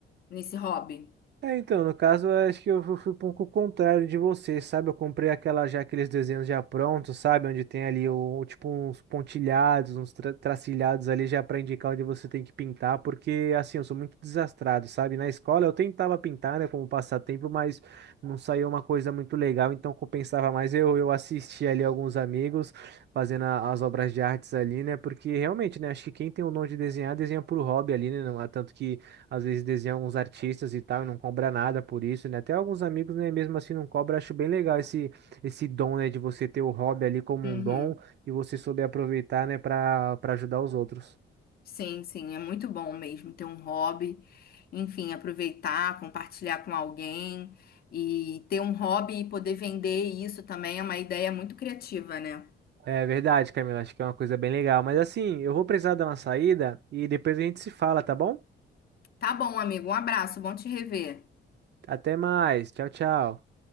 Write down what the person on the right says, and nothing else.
É, então, no caso, eu acho que eu fu- fui um pouco contrário de você, sabe? Eu comprei aquela já aqueles desenhos já prontos, sabe? Onde tem ali o, o tipo uns pontilhados, uns tra- tracilhados ali já para indicar onde você tem que pintar, porque assim, eu sou muito desastrado, sabe? Na escola eu tentava pintar, né, como passatempo, mas não saiu uma coisa muito legal, então compensava mais eu eu assistia ali alguns amigos fazendo a- as obras de artes ali, né? Porque realmente, né, acho que quem tem o dom de desenhar, desenha por hobby ali, né? Não é tanto que às vezes desenha alguns artistas e tal, e não cobra nada por isso, né? Até alguns amigos, né, mesmo assim não cobra, acho bem legal esse, esse dom, né, de você ter o hobby ali como
um dom e você souber aproveitar, né, para para ajudar os outros.
É verdade, Camila, acho que é uma coisa bem legal. Mas assim, eu vou precisar dar uma saída e depois a gente se fala, tá bom?
Até mais, tchau, tchau.